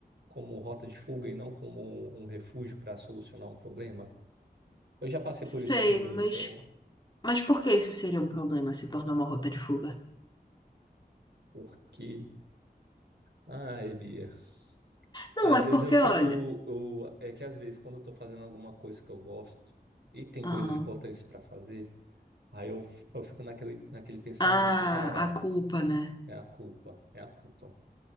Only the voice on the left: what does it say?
Sei,
mas.
Mas por que isso seria um problema se tornar uma rota de fuga?
Não,
é
porque,
olha.
Aham.
Ah,
a culpa, né?